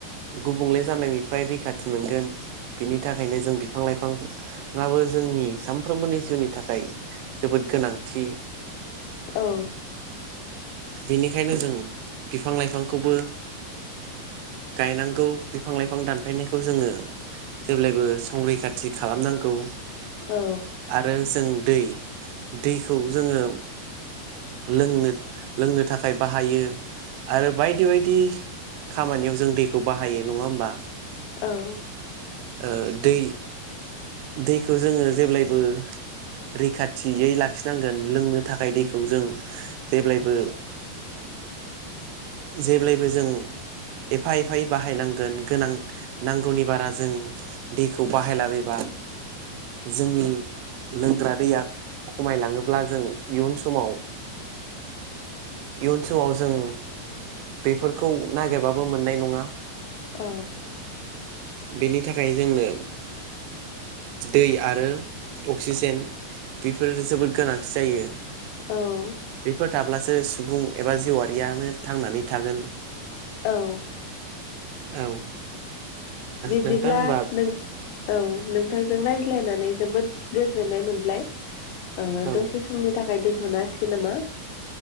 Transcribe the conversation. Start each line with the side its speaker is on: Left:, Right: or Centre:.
Right: गुबुंले जानायनिफ्राय रैखाथि मोनगोन बिनि थाखायनो जों बिफां लाइफां जोंनि सानफ्रोमबोनि जिउनि थाखाय जोबोद गोनांथि।
Left: औ।
Right: बेनिखायनो जों बिफां लाइफांखौबो गायनांगौ बिफां लाइफां दानफायनायखौ जोङो जेब्लायबो संरैखाथि खालामनांगौ
Left: औ
Right: आरो जों दै दैखौ जोङो लोंनो लोंनो थाखाय बाहायो आरो बायदि बायदि खामानियाव जों दैखौ बाहायो नङा होमबा।
Left: औ।
Right: ओ दै दैखौ जोङो जेब्लायबो रैखाथियै लाखिनांगोन लोंनो थाखाय दैखौ जों जेब्लायबो
Left: <inaudible>
Right: जेब्लायबो जों एफा एफायै बाहाय नांगोन गोनां नांगौनि बारा जों दैखौ बाहायलाबायबा। जोंनि लोंग्रा दैया खमायलाङोब्ला जों इयुन समाव
Left: <inaudible>
Right: इयुन समाव जों बेफोरखौ नागिरबाबो मोननाय नङा।
Left: औ
Right: बेनि थाखाय जोंनो दै आरो अक्सिजेन बेफोरो जोबोद गोनांथि जायो।
Left: औ
Right: बेफोर थाब्लासो सुबुं एबा जिवआाशरियानो थांनानै थागोन।
Left: औ।
Right: औ।
Left: बिब्दिब्ला
Right: नोंथां होमबा
Left: नों औ नोंथां। जों रायज्लायनानै जोबोद गोजोननाय मोनबाय
Right: औ
Left: दसे समनि थाखाय दोनथ'नो हासिगोन नामा।